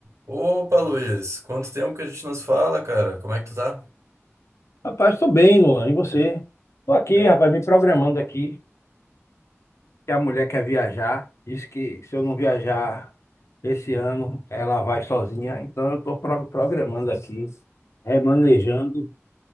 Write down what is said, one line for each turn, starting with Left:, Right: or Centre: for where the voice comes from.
Right: Opa, Luiz, quanto tempo que a gente nos fala, cara? Como é que tu tá?
Left: Rapaz, tô bem, Luan. E você? Tô aqui,
Right: É.
Left: rapaz, me programando aqui, que a mulher quer viajar. Diz que se eu não viajar esse ano, ela vai sozinha. Então eu tô pro- programando aqui, remanejando,